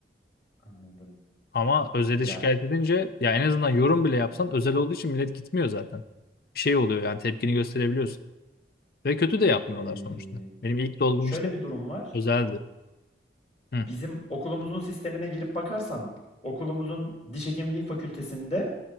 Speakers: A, on the left (about 35°); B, on the left (about 55°).
A: Anladım.
B: Ama Özel'e
A: Ya
B: şikayet edince ya en azından yorum bile yapsan Özel olduğu için millet gitmiyor zaten. Bir şey oluyor yani tepkini gösterebiliyorsun. Ve kötü de yapmıyorlar
A: eee,
B: sonuçta. Benim ilk dolgum
A: şöyle
B: işte
A: bir durum var.
B: Özel'di. Hı,
A: Bizim okulumuzun sistemine girip bakarsan, okulumuzun diş hekimliği fakültesinde